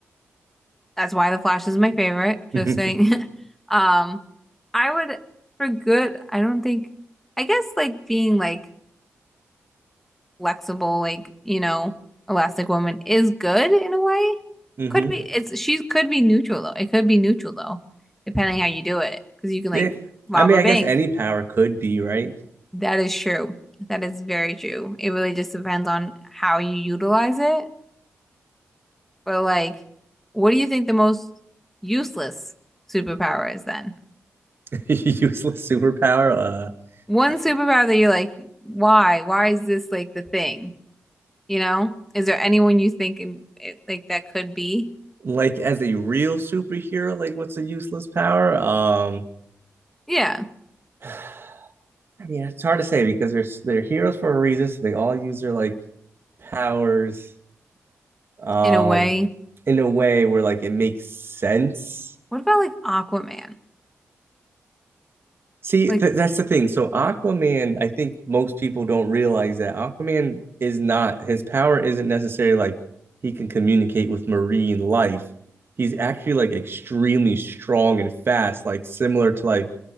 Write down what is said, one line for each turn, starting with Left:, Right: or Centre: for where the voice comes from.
Centre: That's why The Flash is my favorite.
Right: <laughs>
Centre: Just saying. <laughs> Um, I would for good, I don't think I guess like being like flexible, like, you know, Elastic Woman is good in a way.
Right: Mm-hmm.
Centre: Could be
Right: hmm
Centre: it's she could be neutral though. It could be neutral though, depending how you do it. Because you can like
Right: Yeah.
Centre: rob
Right: I mean,
Centre: a
Right: I
Centre: bank.
Right: guess any power could be, right?
Centre: That is true. That is very true. It really just depends on how you utilize it. But like, what do you think the most useless superpower is then?
Right: <laughs> Useless superpower.
Centre: One
Right: Uh,
Centre: superpower that you're like, why? Why is this like the thing? You know? Is there anyone you think in, it, like that could be?
Right: like as a real superhero, like what's a useless power? Um,
Centre: Yeah,
Right: <sighs> I mean, it's hard to say because they're they're heroes for a reason, so they all use their like powers, um,
Centre: in a way.
Right: in a way where like it makes sense.
Centre: What about like Aquaman?
Right: See,
Centre: Like,
Right: th that's the thing. So Aquaman, I think most people don't realize that Aquaman is not his power isn't necessarily like he can communicate with marine life. He's actually like extremely strong and fast, like similar to like